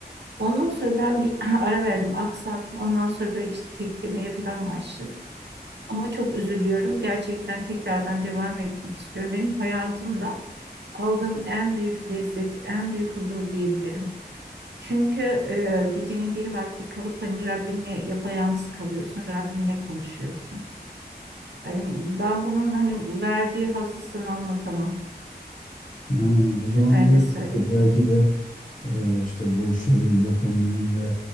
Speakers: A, on the right; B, on the left.
A: Ondan sonra ben bir <laughs> ara verdim, aksattım. Ondan sonra böyle işte teklemeye falan başladım. Ama çok üzülüyorum. Gerçekten tekrardan devam etmek istiyorum. Benim hayatımda aldığım en büyük lezzet, en büyük huzur diyebilirim. Çünkü e, gecenin bir vakti kalıp hani Rabbinle yapayalnız kalıyorsun, Rabbinle konuşuyorsun. Hani ben bunun hani verdiği hazzı sana anlatamam.
B: Ha, o zaman
A: Öyle
B: diyorsun
A: söyleyeyim.
B: ki belki de Ee, işte bu şeyin yakınlığın ve